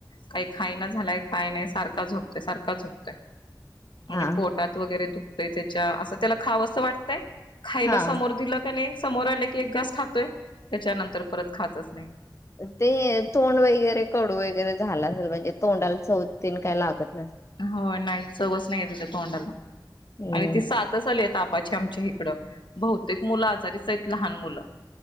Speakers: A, on the left; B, on the left.
A: काही खायना झालाय काय नाही सारखा झोकतय सारख झोपतय. आणि
B: हा
A: पोटात वगैरे दुख दुखतय त्याच्या असं त्याला खावं असं वाटतंय. खायला
B: हा
A: समोर दिलं का नाही. समोर आले की एक घास खातोय. त्याच्यानंतर परत खात असत.
B: ते तोंड वगैरे कडू वगैरे झाला असेल म्हणजे तोंडाला च तीन काय लागतात.
A: हो नाही. चवच नाही आहे त्यािच्या तोंडाला
B: हम्म
A: आणि ती सातच आली होता. ् आमच्या इकडं बहुतेक मुलं आजारीच आहेत लहान मुलं.